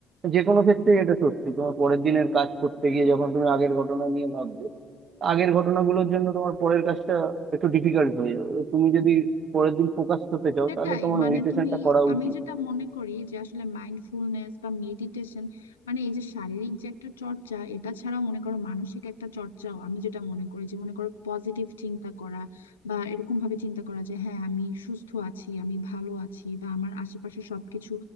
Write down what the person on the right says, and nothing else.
যে কোনো ক্ষেত্রেই এটা সত্যি তোমার পরের দিনের কাজ করতে গিয়ে যখন তুমি আগের ঘটনা নিয়ে ভাববে আগের ঘটনাগুলোর জন্য তোমার পরের কাজটা একটু ডিফিকাল্ট হয়ে যাবে তো তুমি যদি পরের দিন ফোকাস হতে চাও
তাহলে তোমার
মেডিটেশনটা
করা
উচিত